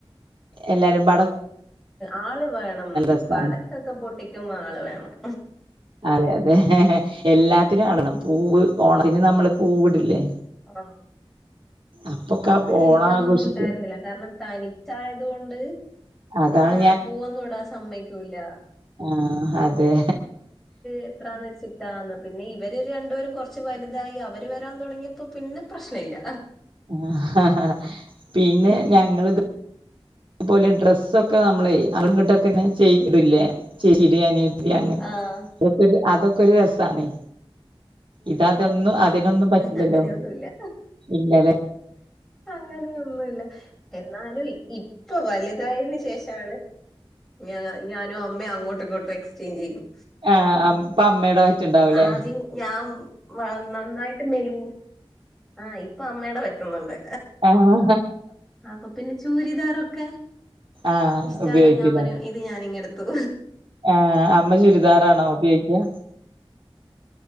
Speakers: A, on the right; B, in the centre.
A: എല്ലാരും പടെ
B: ആള് വേണം,
A: രസാണ്
B: പടക്കൊക്കെ പൊട്ടിക്കുമ്പോൾ ആള് വേണം.
A: അതെ അതെ എല്ലാത്തിനും ആൾവേണം. പൂവ് ഓണത്തിന് നമ്മൾ പൂവിടില്ലേ?
B: ആ,
A: അപ്പൊക്കെ
B: ഇവിടെ
A: ഓണം
B: എനിക്ക് അതൊന്നും
A: ആഘോഷിക്കും
B: ഉണ്ടായിരുന്നില്ല കാരണം തനി തനിച്ച് ആയതു കൊണ്ട്
A: അതാണ്
B: ആ, പൂവൊന്നും ഇടാൻ സമ്മതിക്കുകയില്ല.
A: ആ, അതെ.
B: എത്രാന്ന് വെച്ചിട്ടാന്ന് പിന്നെ ഇവര് രണ്ടുപേരും കുറച്ച് വലുതായി അവര് വരാൻ തുടങ്ങി തുടങ്ങിയപ്പോ പിന്നെ പ്രശ്നം ഇല്ല.
A: ആ പിന്നെ ഞങ്ങളും ഇതുപോലെ ഡ്രസ്സൊക്കെ നമ്മൾ അറങ്ങിട <unintelligible> ഇങ്ങെ ചെയ് ഇടില്ലേ ചെയ അങ്ങനെത്തെ
B: ആഹ്
A: അതൊക്കെ ഒരു രസം ആണ്. ഇത്അതൊന്നും അതിനൊന്നും
B: ആഹ് എനിക്ക്
A: പറ്റില്ലല്ലോ.
B: പിന്നെ അങ്ങനെയൊന്നുല്ല
A: ഇല്ല ലെ
B: അങ്ങനെയൊന്നുല്ല എന്നാലും ഇപ്പൊ വലുതായതിനു ശേഷം ഞാനും, ഞാനുംഅമ്മയും അങ്ങോട്ടും ഇങ്ങോട്ടും എക്സ്ചേഞ്ച് ചെയ്യും.
A: ആഹ അപ്പ അമ്മടെ പറ്റു ണ്ടാവൂലേ
B: ആദ്യം ഞാൻ നന്നായിട്ട് മെലി ആ് ഇപ്പൊ അമ്മയുടെ പറ്റുന്നുണ്ട്
A: ആഹ്
B: അപ്പൊ പിന്നെ ചൂരിദാറൊക്കെ
A: ആഹ്
B: ഇഷ്ടായഞാൻ
A: ഉപയോഗിക്കൂലേ
B: പറയും ഇത് ഞാനിങ്ങെടുത്തു
A: ആഹ അമ്മ ചുരിദാറാണോ ഉപയോഗിക്ക